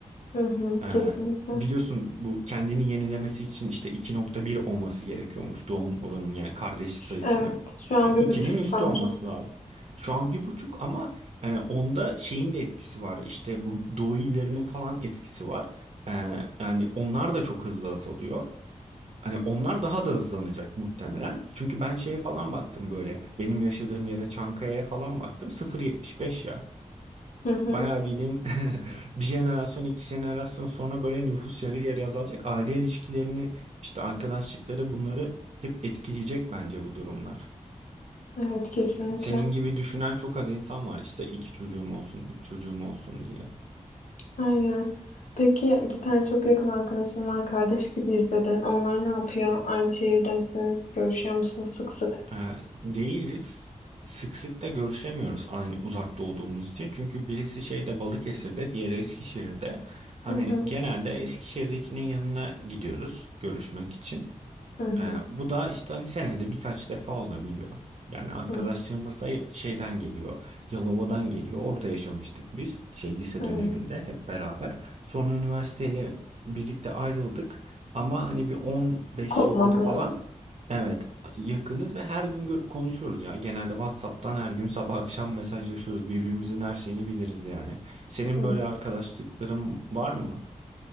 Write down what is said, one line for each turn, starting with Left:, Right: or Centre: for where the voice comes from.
Left: Hı hı,
Right: Ee,
Left: kesinlikle.
Right: biliyorsun bu kendini yenilemesi için işte 2.1 olması gerekiyormuş doğum oranının yani kardeş sayısının.
Left: Ş- Evet, şu an
Right: Yani
Left: bir
Right: 2'nin
Left: buçuk
Right: üstü
Left: sanırım.
Right: olması lazım. Şu an bir buçuk ama e, onda şeyin de etkisi var. İşte bu doğu illerinin falan etkisi var. Ee, yani onlar da çok hızlı azalıyor. Hani onlar daha da hızlanacak muhtemelen. Çünkü ben şeye falan baktım böyle. Benim yaşadığım yere Çankaya'ya falan baktım. sıfır yetmiş beş ya.
Left: Hı hı,
Right: Bayağı bildiğin <laughs> bir jenerasyon iki jenerasyon sonra böyle nüfus yarı yarıya azalacak. Aile ilişkilerini işte arkadaşlıkları bunları hep etkileyecek bence bu durumlar.
Left: evet, kesinlikle.
Right: Senin gibi düşünen çok az insan var işte iki çocuğum olsun, üç çocuğum olsun diye.
Left: Aynen. Peki iki tane çok yakın arkadaşım var. Kardeş gibiyiz dedin. Onlar ne yapıyor? Aynı şehirde misiniz? Görüşüyor musunuz sık sık?
Right: Ee, değiliz. Sık sık da görüşemiyoruz aynı uzakta olduğumuz için. Çünkü birisi şeyde Balıkesir'de, diğeri Eskişehir'de. Hani
Left: Hı hı.
Right: genelde Eskişehir'dekinin yanına gidiyoruz görüşmek için.
Left: Hı hı.
Right: Ee, bu da işte hani senede birkaç defa olabiliyor. Yani arkadaşlarımız
Left: Hı
Right: da şeyden geliyor. Yalova'dan geliyor. Orada yaşamıştık biz. Şey lise
Left: hı.
Right: döneminde hep beraber. Sonra üniversiteyle birlikte ayrıldık. Ama hani bir 15
Left: Kopmadınız.
Right: yıldır falan evet yakınız ve her gün gö- konuşuyoruz ya. Genelde WhatsApp'tan her gün sabah akşam mesajlaşıyoruz. Birbirimizin her şeyini biliriz yani. Senin
Left: Hı hı.
Right: böyle arkadaşlıkların var mı?